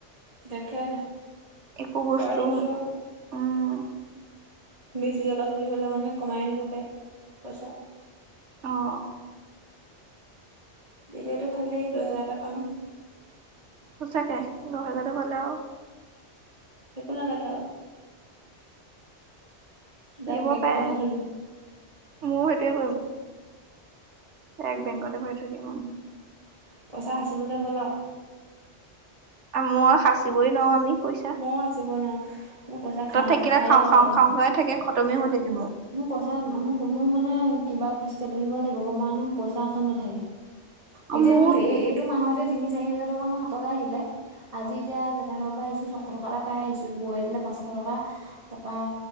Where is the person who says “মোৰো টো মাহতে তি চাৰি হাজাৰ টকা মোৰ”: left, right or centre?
Right